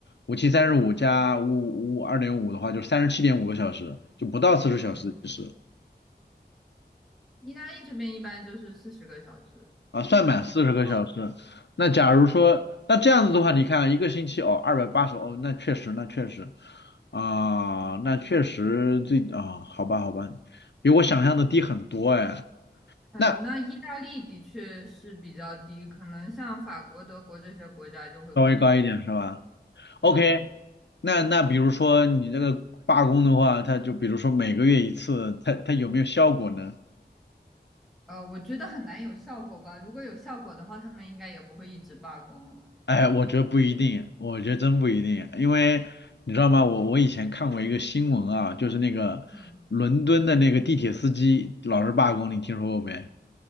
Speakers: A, on the left; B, in the centre.
A: 五七三十五加五五五二点五的话，就是三十七点五个小时，就不到四十小时其实
B: 嗯，意大利这边一般就是四十个小时，
A: 啊，算满四十个小时。
B: 就是一周
A: 那假如说，那这样子的话，你看啊一个星期哦，二百八十哦，那确实，那确实啊、那确实这啊、好吧，好吧，比我想象的低很多哎，
B: 嗯，
A: 那
B: 那意大利的确是比较低，可能像法国、德国这些国家就会更高一些。
A: 稍微高一点是吧
B: 是的，
A: ？OK，
B: 是的，
A: 那那比如说你这个罢工的话，它就比如说每个月一次，它它有没有效果呢？
B: 呃，我觉得很难有效果吧，如果有效果的话，他们应该也不会一直罢工了。
A: 哎，我觉得不一定，我觉得真不一定，因为你知道吗？我我以前看过一个新闻啊，就是那个伦敦的那个地铁司机老是罢工，
B: 嗯，
A: 你听说过没？